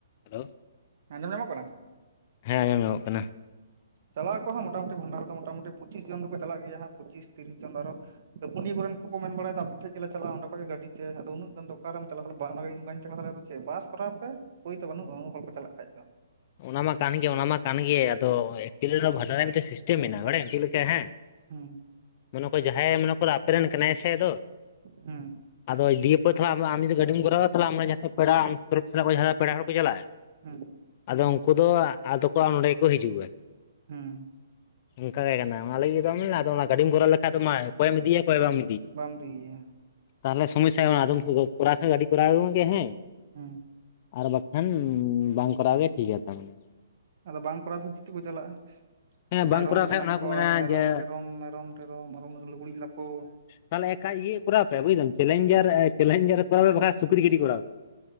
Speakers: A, on the left; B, on the right.
A: ᱦᱮᱞᱳ
B: ᱟᱸᱡᱚᱢ ᱧᱟᱢᱚᱜ ᱠᱟᱱᱟ?
A: ᱦᱮᱸ ᱟᱸᱡᱚᱢ ᱧᱟᱢᱚᱜ ᱠᱟᱱᱟ᱾
B: ᱪᱟᱞᱟᱜ ᱟᱠᱦᱚᱸ ᱢᱚᱴᱟᱢᱩ ᱵᱷᱚᱱᱰᱟ ᱨᱮᱫᱚ ᱢᱚᱴᱟᱢᱩᱴᱤ ᱯᱚᱸᱪᱤᱥ ᱡᱚᱱ ᱫᱚᱠᱚ ᱪᱟᱞᱟᱜ ᱜᱮᱭᱟ ᱦᱟᱸᱜ ᱯᱚᱸᱪᱤᱥ ᱛᱤᱨᱤᱥ ᱡᱚᱱ ᱫᱚ ᱟᱨᱚ ᱯᱮ ᱯᱩᱱᱭᱟᱹ ᱠᱚᱨᱮᱱ ᱠᱚᱠᱚ ᱢᱮᱱ ᱵᱟᱲᱟᱭᱟ ᱟᱯᱮ ᱴᱷᱮᱡ ᱜᱮᱞᱮ ᱪᱟᱞᱟᱜ-ᱟ ᱚᱰᱮ ᱠᱷᱚᱱ ᱜᱮ ᱜᱟᱹᱰᱤᱛᱮ ᱟ ᱩᱱᱟᱹᱜ ᱜᱟᱱ ᱫᱚ ᱚᱠᱟᱨᱮᱢ ᱪᱟᱞᱟᱣᱟᱜ ᱵᱟᱝᱤᱧ ᱪᱟᱞᱟᱣ ᱫᱟᱲᱮᱭᱟᱫᱟ᱾ ᱪᱮ ᱵᱟᱥ ᱠᱚᱨᱟᱣ ᱯᱮ ᱯᱟᱹᱭ ᱛᱚ ᱵᱟᱹᱱᱩᱜ-ᱟ ᱩᱱ ᱦᱚᱲ ᱯᱮ ᱪᱟᱞᱟᱜ ᱠᱷᱟᱡ ᱫᱚ᱾
A: ᱚᱱᱟ ᱢᱟ ᱠᱟᱱ ᱜᱮ ᱚᱱᱟ ᱢᱟ ᱠᱟᱱ ᱜᱮ ᱟᱫᱚ ᱮᱠᱪᱩᱭᱮᱞᱤ ᱵᱷᱟᱸᱰᱟᱱ ᱨᱮᱭᱟᱜ ᱢᱤᱫᱴᱮᱱ ᱥᱤᱥᱴᱮᱢ ᱢᱮᱱᱟᱜ-ᱟ ᱵᱟᱲᱟᱭᱟᱢ ᱪᱮᱫ ᱞᱮᱠᱟ ᱦᱮᱸ?
B: ᱦᱩᱸ
A: ᱢᱚᱱᱮ ᱠᱚ ᱡᱟᱦᱟᱸᱭ ᱢᱚᱱᱮ ᱠᱚᱨᱚ ᱟᱯᱮ ᱨᱮᱱ ᱠᱟᱱᱟᱭ ᱥᱮ ᱟᱫᱚ
B: ᱦᱩᱸ
A: ᱟᱫᱚ ᱫᱤᱭᱮ ᱯᱚᱨ ᱛᱷᱟ ᱟᱢ ᱡᱫᱤ ᱜᱟᱹᱰᱤᱢ ᱠᱚᱨᱟᱣᱟ ᱛᱷᱟᱞᱮ ᱟᱢ ᱨᱮᱱ ᱡᱟᱸᱦᱟ ᱛᱤᱱᱟᱹᱜ ᱯᱮᱲᱟ ᱟᱢ ᱛᱚᱨᱚᱯ ᱥᱮᱱ ᱠᱚ ᱡᱟᱦᱟᱸ ᱯᱮᱲᱟ ᱦᱚᱲ ᱠᱚ ᱪᱟᱞᱟᱜ-ᱟ
B: ᱦᱩᱸ
A: ᱟᱫᱚ ᱩᱝᱠᱩ ᱫᱚ ᱟᱫᱚ ᱠᱚ ᱱᱚᱸᱰᱮ ᱜᱮᱠᱚ ᱦᱤᱡᱩᱜ-ᱟ᱾
B: ᱦᱩᱸ
A: ᱚᱱᱠᱟ ᱜᱮ ᱠᱟᱱᱟ ᱚᱱᱟ ᱞᱟᱹᱜᱤᱫ ᱫᱚ ᱟᱫᱚ ᱚᱱᱟ ᱜᱟᱹᱰᱤᱢ ᱠᱚᱨᱟᱣ ᱞᱮᱠᱷᱟᱡ ᱫᱚ ᱢᱟ ᱚᱠᱚᱭᱮᱢ ᱤᱫᱤᱭᱟ ᱚᱠᱭ ᱵᱟᱢ
B: ᱵᱟᱢ ᱤᱫᱤᱭᱮᱭᱟ
A: ᱛᱟᱦᱞᱮ ᱥᱚᱢᱚᱥᱥᱟ ᱟᱫᱚᱢ ᱠᱚᱨᱟᱣ ᱠᱷᱟᱱ ᱜᱟᱹᱰᱤ ᱠᱚᱨᱟᱣ ᱮᱢ ᱜᱮ ᱦᱮᱸ
B: ᱦᱩᱸ
A: ᱟᱨ ᱵᱟᱠᱷᱟᱱ ᱵᱟᱝ ᱠᱚᱨᱟᱣ ᱜᱮ ᱴᱷᱤᱠ ᱟ ᱛᱟ ᱢᱟᱱᱮ
B: ᱟᱫᱚ ᱵᱟᱝ ᱠᱚᱨᱟᱣ ᱛᱮᱦᱚᱸ ᱪᱮᱫ ᱛᱮ ᱠᱚ ᱪᱟᱞᱟᱜ-ᱟ?
A: ᱦᱮᱸ
B: ᱢᱮᱨᱚᱢ
A: ᱵᱟᱝ ᱠᱚᱨᱟᱣ
B: ᱢᱮᱱᱟᱜ
A: ᱠᱷᱟᱡ ᱚᱱᱟ
B: ᱠᱚᱣᱟ
A: ᱠᱚ ᱢᱮᱱᱟ
B: ᱢᱮᱨᱚᱢ
A: ᱡᱮ
B: ᱴᱮᱨᱚᱢ ᱢᱮᱨᱚᱢ ᱴᱮᱨᱚᱢ ᱟᱨ ᱩᱱᱟᱹ ᱞᱩᱜᱽᱲᱤᱡ ᱞᱟᱯᱚ,
A: ᱛᱟᱦᱞᱮ ᱮᱠ ᱟ ᱤᱭᱟᱹ ᱠᱚᱨᱟᱣ ᱯᱮ ᱵᱩᱡ ᱫᱟᱢ ᱪᱮᱞᱧᱡᱟᱨ ᱪᱮᱞᱮᱧᱡᱟᱨ ᱠᱚᱨᱟᱣ ᱯᱮ ᱵᱟᱠᱷᱟᱱ ᱥᱩᱠᱨᱤ ᱜᱟᱹᱰᱤ ᱠᱚᱨᱟᱣ